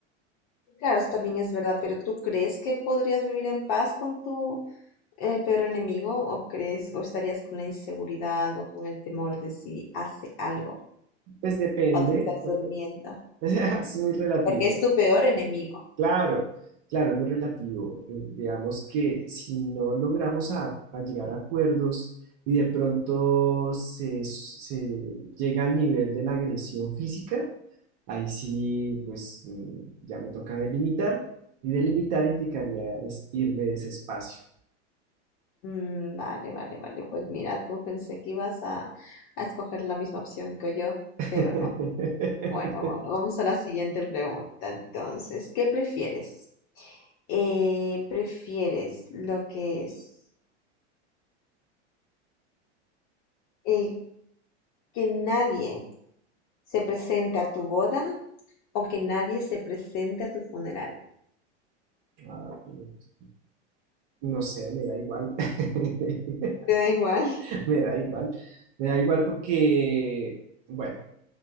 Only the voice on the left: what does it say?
Claro, eso también es verdad, pero ¿tú crees que podrías vivir en paz con tu Eh, pero enemigo, o crees, o estarías con la inseguridad o con el temor de si hace algo
cuando estás durmiendo,
porque es tu peor enemigo.
Mm, vale, vale, vale. Pues mira, tú pensé que ibas a, a escoger la misma opción que yo,
pero no. Bueno, bueno, vamos a la siguiente pregunta. Entonces, ¿qué prefieres? Eh, ¿prefieres lo que es eh, que nadie se presente a tu boda o que nadie se presente a tu funeral?
Te da igual, <laughs>